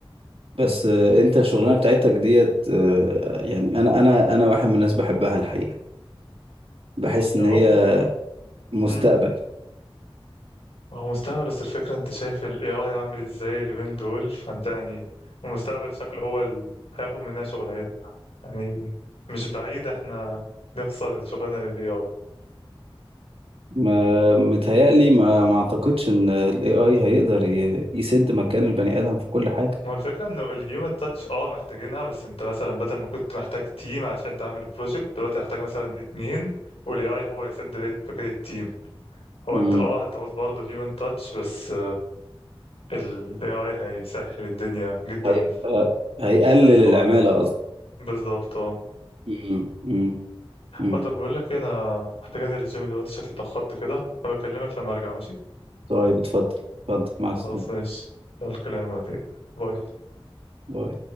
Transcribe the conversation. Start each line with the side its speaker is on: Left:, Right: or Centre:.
Right: بس آه،
Left: امم
Right: انت الشغلانه بتاعتك ديت آه، يعني انا انا انا واحد من الناس بحبها الحقيقه بحس
Left: هو
Right: ان هي
Left: برضه حلو.
Right: مستقبل
Left: امم هو مستقبل بس الفكرة انت شايف ال AI عامل ازاي اليومين دول فانت يعني المستقبل شكله هو اللي هياخد مننا شغلانات يعني مش بعيد احنا نخسر شغلنا للاي اي
Right: ما متهيألي ما ما اعتقدش ان ال AI هيقدر ي- يسد مكان البني ادم في كل حاجه
Left: هو الفكره انه الهيومن تاتش اه محتاجينها بس انت مثلا بدل ما كنت محتاج تيم عشان تعمل بروجكت دلوقتي هتحتاج مثلا اتنين والاي اي هو هيسد بيت فكره التيم هو
Right: امم
Left: انت اه هتعوز برضه هيومن تاتش بس الاي اي هيسهل الدنيا جدا
Right: هيبقى هيقلل
Left: في الحوار
Right: العماله
Left: ده
Right: قصدي
Left: بالظبط اه
Right: امم امم أمم.
Left: اه طب بقول لك إيه، انا محتاج انزل الجيم دلوقتي شكلي اتاخرت كده هبكلمك لما ارجع ماشي
Right: طيب اتفضل اتفضل مع السلامه
Left: خلاص ماشي يلا كلامك بعدين باي
Right: باي